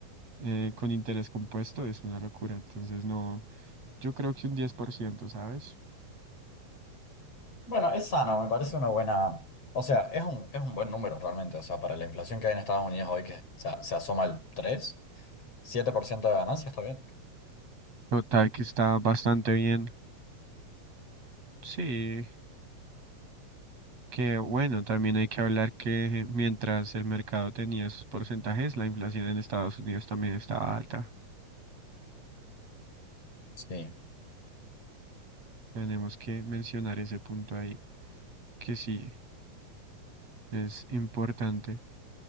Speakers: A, on the right; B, on the left.
A: eh, con interés compuesto es una locura. Entonces no, yo creo que un diez por ciento ¿sabes?
B: Bueno, es sano, me parece una buena. O sea, es un, es un buen número realmente. O sea, para la inflación que hay en Estados Unidos hoy, que se, se asoma al tres, siete por ciento de ganancia, está bien.
A: Total que está bastante bien. Sí, que bueno, también hay que hablar que mientras el mercado tenía esos porcentajes, la inflación en Estados Unidos también estaba alta.
B: Sí.
A: Tenemos que mencionar ese punto ahí, que sí, es importante.